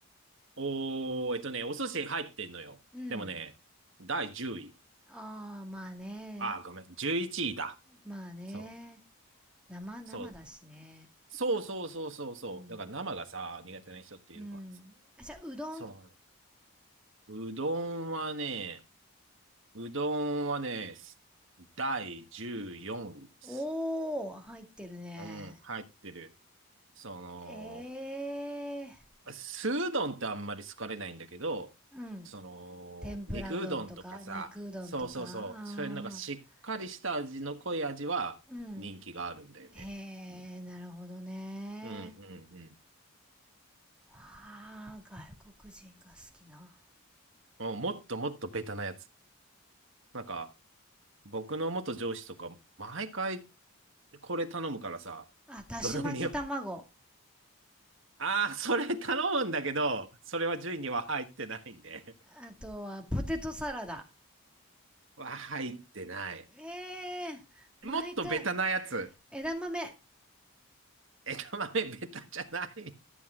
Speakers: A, on the right (about 60°); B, in the centre.
A: おー、えっとね、お寿司入ってんのよ。
B: うん。
A: でもね、第10位。
B: ああ、まあね。
A: あー、ごめん、11位だ。
B: まあね。
A: そう、
B: 生、生だしね。
A: そう、そうそうそうそうそう。
B: うん。
A: だから生がさ、苦手な人っているからさ。
B: うん。あじゃあ、うどん。
A: そう。うどんはね、うどんはね、す第14位です。
B: おー、入ってるね。
A: うん、入ってる。その、
B: ええ
A: 酢うどんってあんまり好かれないんだけど、
B: ー。うん。
A: その、
B: 天ぷらうどんとか、
A: 肉うどんとかさ、
B: 肉うどんとか。
A: そうそうそう、そういうのがしっかりした味の濃い味は人気があるんだよね。
B: あーうん。へ
A: うん
B: え、なるほどね。
A: うんうん
B: わあ、外国人が好きな。
A: うん。もっともっとベタなやつ。なんか、僕の元上司とか、毎回これ頼むからさ、
B: あ、だし巻き卵。
A: どの匂お、ああ、それ頼むんだけど、それは順位には入ってないんで。
B: あとは、ポテトサラダ。
A: は入ってない。
B: ええ毎回、
A: んもっとベタなやつ。
B: 枝豆。
A: 枝豆ベタじゃない。